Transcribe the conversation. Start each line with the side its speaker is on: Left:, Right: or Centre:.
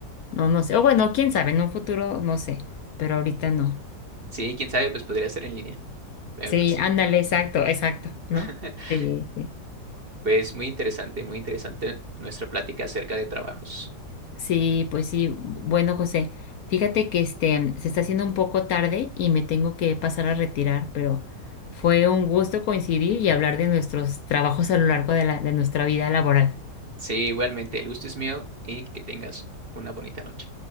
Left: no, no sé, o bueno, quién sabe, en un futuro no sé, pero ahorita no.
Right: Sí, quién sabe, pues podría ser en línea. Pero
Left: Sí,
Right: pues sí.
Left: ándale, exacto, exacto, ¿no?
Right: <laughs>
Left: Sí, sí.
Right: Pues muy interesante, muy interesante nuestra plática acerca de trabajos.
Left: Sí, pues sí. Bueno, José, fíjate que este se está haciendo un poco tarde y me tengo que pasar a retirar, pero fue un gusto coincidir y hablar de nuestros trabajos a lo largo de la, de nuestra vida laboral.
Right: Sí, igualmente, el gusto es mío y que tengas una bonita noche.